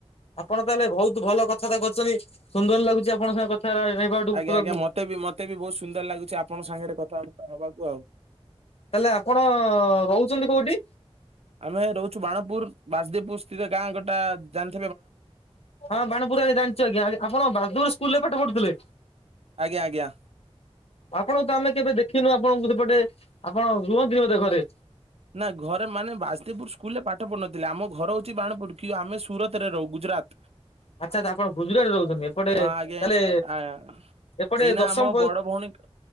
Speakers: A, on the left; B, on the right.
A: ଆପଣ ତାହେଲେ ବୋହୁତ ଭଲ କଥାତ କରୁଛନ୍ତି। ସୁନ୍ଦର ଲାଗୁଛି ଆପଣଙ୍କ ସାଙ୍ଗେ <unintelligible> କଥା ହେବାକୁ।
B: ଆଜ୍ଞା ଆଜ୍ଞା ମତେ ବି ବୋହୁତ ସୁନ୍ଦର ଲାଗୁଛି ଆପଣଙ୍କ ସାଙ୍ଗରେ କଥାବାର୍ତ୍ତା ହବାକୁ ଆଉ।
A: ତାହେଲେ ଆପଣ ରହୁଛନ୍ତି କୋଉଠି?
B: ଆମେ ରହୁଛୁ ବାଣପୁର ବାସଦେବପୁର ସ୍ଥିତ ଗାଁ ଗୋଟା ଜାନ୍
A: ହଁ ବାଣପୁର ଆଜ୍ଞା ଜାଣିଛୁ ଆଜ୍ଞ ଆପଣ ବାଗଦୁର ସ୍କୁଲରେ ପାଠ ପଢ଼ୁଥିଲେ।
B: ଆଜ୍ଞା ଆଜ୍ଞା
A: ଆପଣଙ୍କୁ ତ ଆମେ କେବେ ଦେଖିନୁ ଆପଣଙ୍କୁ ସେପଟେ ଆପଣ ରୁହନ୍ତିନି ବୋଧେ ଘରେ।
B: ନା ଘରେ ମାନେ ବାସଦେଇପୁର ସ୍କୁଲ ରେ ପାଠ ପଢୁନଥିଲେ ଆମ ଘର ହଉଛି ବାଣପୁର କି ଆମେ ସୁରତ ରେ ରହୁ ଗୁଜୁରାତ।
A: ଆଛା ତ ଆପଣ ଗୁ ଗୁଜୁରାଟ ରହୁଛନ୍ତି ଏପଟେ
B: ହଁ ଆଜ୍ଞା
A: ତାହଲେ
B: ଆ
A: ଏପଟେ
B: ଏଇନା
A: ଦଶମ
B: ଆମ
A: ପ
B: ବଡ ଭଉଣୀ